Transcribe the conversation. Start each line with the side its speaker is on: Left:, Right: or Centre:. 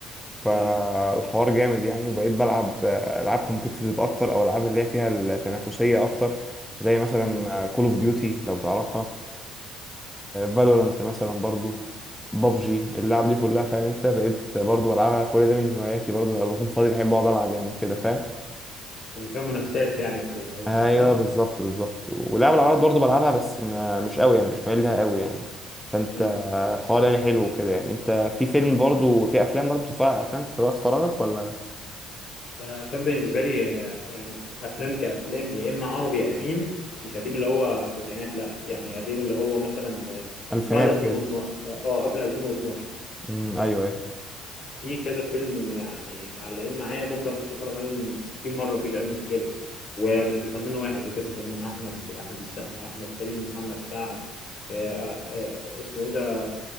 Centre: فالحوار
Left: ايوه
Centre: جامد يعني وبقيت بلعب العاب كومبيتيتيف اكتر او العاب اللي هي فيها التنافسيه اكتر زي مثلا
Left: امم
Centre: كول اوف ديوتي لو تعرفها فالورانت مثلا برضو بابجي
Left: مم.
Centre: اللعب دي كلها فاهم انت بقيت برضو بلعبها كل ده من هواياتي برضو لما بكون فاضي بحب اقعد العب يعني وكده فاهم
Left: اللي فيها منافسات يعني وكده قصدك
Centre: ايوه
Left: صح؟
Centre: بالظبط بالظبط ولعب العربيات برضو بلعبها بس ما مش قوي يعني مش مايل لها قوي يعني فانت
Left: مم.
Centre: آه، الحوار يعني حلو وكده يعني انت في فيلم برضو في افلام برضو بتتفرج على افلام في وقت فراغك ولا
Left: الأفلام بالنسبة لي آه، يعني أفلام كأفلام يا إما عربي قديم مش قديم اللي هو التسعينات لا يعني قديم اللي هو مثلا آه،
Centre: الفينات
Left: من بعد 2012
Centre: كده
Left: اه آه، قبل 2012
Centre: امم ايوه ايوه
Left: في كذا فيلم يعني معلقين معايا ممكن اخش اتفرج عليهم 60 مره مفيش اي مشكله ومش لفنان واحد لكذا فنان احمد احمد السقا احمد حلمي محمد سعد آه، آه، آه، اسمه ايه ده